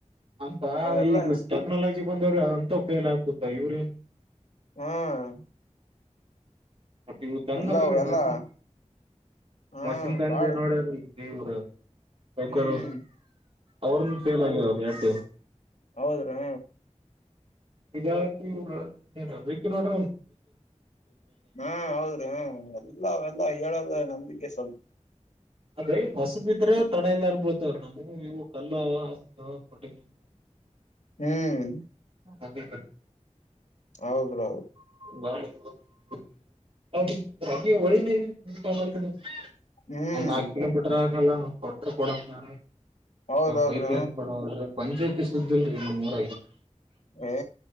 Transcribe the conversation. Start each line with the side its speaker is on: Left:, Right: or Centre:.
Right: ಅಂತ
Left: ಎಲ್ಲಾ
Right: ಈಗ ಟೆಕ್ನಾಲಜಿ ಬಂದವ್ರೆ ಅಂತ ಫೇಲ್ ಆಕುತ್ತ ಇವ್ರೇನ್
Left: ಹ್ಮ್
Right: ಮತ್ತೆ ಇವ ತಂದರಲ್ರರಿ
Left: ಎಲ್ಲ ಎಲ್ಲಾ
Right: ಮಷಿನ್
Left: ಹಾ
Right: ಮಷಿನ್ ತಂದೆ
Left: ಬಾಳ
Right: ನೋಡರಲ್ರಿ ನೀವ ಸೌಕರ್
Left: ಹ್ಮ್ ಹ್ಮ್
Right: ಅವ್ರ ಫೇಲ್ ಆಗ ಎರಡು
Left: ಹೌದ್ರಾ
Right: ಇರ ನಂಬುಡ್ರ ನಂಬ
Left: ಹ್ಮ ಹೌದ್ರಿ ಹ ಎಲ್ಲೆಲ್ಲಾ ಹೇಳೋದ ನಂಬಿಕೆ ಸ್ವಲ್ಪ
Right: ಅದೆ ಹೊಸ ಬಿದ್ರೆ ತಡ ಎ ಇಲ್ಲರ್ಬಳ್ತವ್ರ ನಮ್ಗೆ ಹ ಇವು ಕಲ್ಲ ಹ ಹೊಟ್ಟಗ
Left: ಹ್ಮ್
Right: ಹ ಹದೇ
Left: ಹೌದು ಹೌದು
Right: ಳ
Left: ಹ್ಮ್
Right: ಒಂದ್ ನಾಕಕ್ ಕಿಲೋಮೀಟರ್ ಆಗಲ್ಲ ಕೊಟ್ರ ಕೊಡದ
Left: ಹೌದೌದ್ರ
Right: ಪೈಪ್ ಲೈನ್ ಕೊಡದ್ರ ಪಂಚಾಯಿತಿ ಸುದ್ದಲ್ರರಿ ನೀ ಮೂರ
Left: ಏ